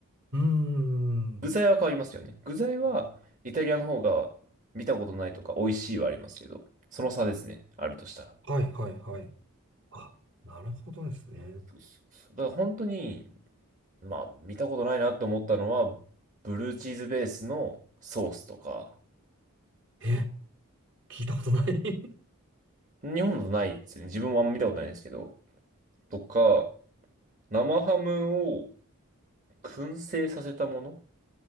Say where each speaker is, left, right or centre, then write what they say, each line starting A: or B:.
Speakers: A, on the right (about 55°); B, on the right (about 35°).
A: うーん。
B: 具材は変わりますよね。具材は、イタリアの方が見たことないとか美味しいはありますけど、その差ですね。あるとしたら。
A: はいはいはい。あ、なるほどですね。
B: そうそうそうだから本当に、まあ、見たことないなと思ったのは、ブルーチーズベースのソースとか、
A: え、聞いたことない <laughs>
B: 日本だとないですね。自分もあんま見たことないですけど。とか、生ハムを燻製させたもの